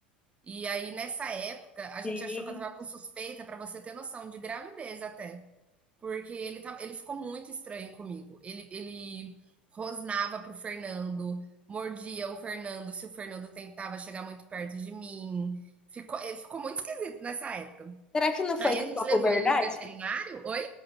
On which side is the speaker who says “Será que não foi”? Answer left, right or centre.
Left